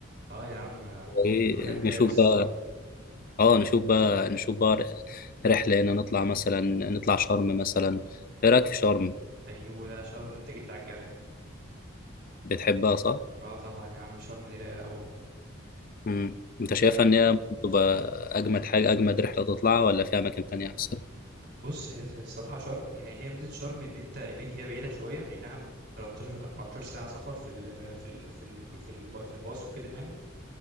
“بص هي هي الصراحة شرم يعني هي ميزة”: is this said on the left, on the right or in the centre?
Right